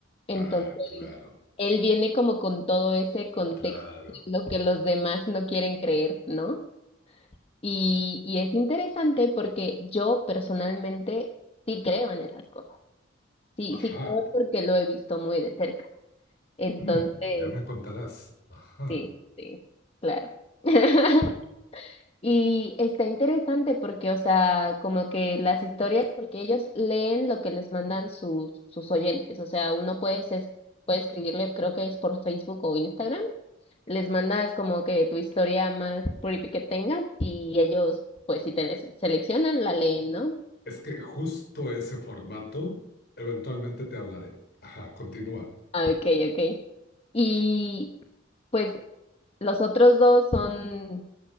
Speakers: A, on the left; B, on the left.
A: Entonces,
B: Ah, claro,
A: él viene como con todo ese contexto
B: claro.
A: de lo que los demás no quieren creer, ¿no? Y, y es interesante porque yo personalmente sí creo en esas cosas. Sí,
B: Ajá,
A: sí creo porque lo he visto muy de cerca. Entonces,
B: mm, ya me contarás. Ajá.
A: Sí, sí, sí, claro. <laughs> Y está interesante porque, o sea, como que las historias, porque ellos leen lo que les mandan sus, sus oyentes, o sea, uno puede, es- puede escribirle, creo que es por Facebook o Instagram, les mandas como que tu historia más creepy que tengas y ellos, pues si te les seleccionan, la leen, ¿no?
B: Es que justo ese formato, eventualmente te hablaré. Ajá, continúa.
A: Ah, ok, ok. Y pues los otros dos son